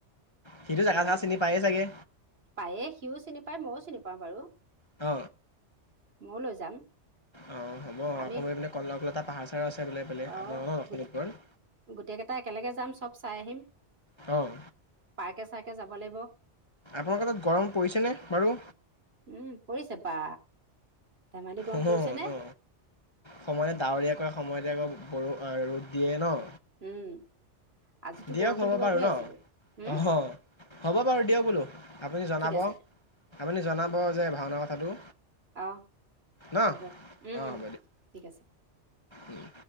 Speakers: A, on the left (about 25°); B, on the right (about 60°).
A: সিটো জাগা
B: ল'ৰাই
A: চা চিনি পায়ে চাগে?
B: পায়ে সিও চিনি পায় মইও চিনি পাওঁ বাৰু।
A: অ,
B: ময়ো লৈ যাম।
A: অ হ'ব
B: আমি
A: আকৌ এইফালে কনকলতা পাহাৰ চাহাৰো আছে বোলে আপোনালোক
B: অঁ
A: ন লখিতপৰ
B: গোট গোটেইকেইটা একেলগে যাম চব চাই আহিম।
A: অ',
B: পাৰ্কে চাৰ্কে যাব লাগিব।
A: আপোনালোকৰ তাত গৰম পৰিছেনে বাৰু?
B: উম, পৰিছে বা। ধেমালি গৰম
A: অ ন
B: পৰিছে নে
A: সময়ত ডাৱৰীয়া কৰে সময়তে আকৌ বৰ ৰ'দ দিয়ে ন।
B: উম, আজিতো
A: দিয়ক
B: বৰষুণ
A: হ'ব
B: দিব
A: বাৰু
B: বুলি
A: ন
B: ভাবিছিলো হম।
A: অহ হ'ব বাৰু দিয়ক বোলো। আপুনি জনাব,
B: আছে
A: আপুনি জনাব। ভাওনা কথাটো
B: অঁ
A: নহ,
B: হ'ব উম
A: অহ,
B: উম
A: হ'ব দিয়ক।
B: ঠিক আছে
A: উম,